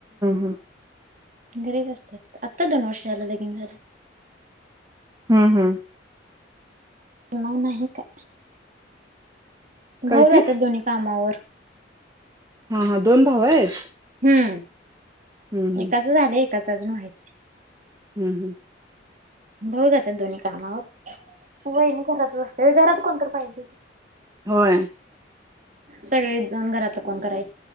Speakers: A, on the right; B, on the right.
A: हम्म
B: घरीचं असत्यात आत्ता दोन वर्ष झालं लगीन झालं
A: हम्म हम्म
B: नाही नाही काय
A: काय
B: भाऊ जातात
A: ते
B: दोन्ही कामावर
A: हा हा दोन भाऊ आहेत
B: हम्म
A: हम्म हम्म
B: एकाच झाले च अजून व्हायचय
A: हम्म हम्म
B: भाऊ जातात दोन्ही कामा वहिणी घरातच असते घरात कोणतर पाहिजे की
A: होय
B: सगळे जाऊन घरातलं कोण कराय